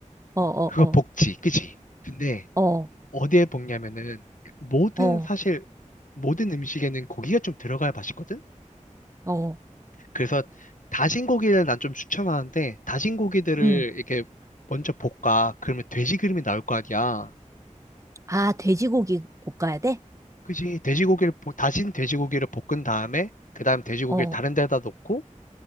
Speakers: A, on the right; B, on the left.
A: 어, 어,
B: 그거
A: 어,
B: 복지, 그지? 근데
A: 어,
B: 어디에 볶냐면은 모든
A: 어,
B: 사실 모든 음식에는 고기가 좀 들어가야 맛있거든?
A: 어,
B: 그래서 다진 고기를 난 좀 추천하는데 다진 고기들을
A: 음.
B: 이렇게 먼저 볶아. 그러면 돼지 기름이 나올 거 아니야.
A: 아, 돼지고기 볶아야 돼?
B: 그지? 돼지고기를 볶- 다진 돼지고기를 볶은 다음에 그다음 돼지고기를
A: 어,
B: 다른 데다 놓고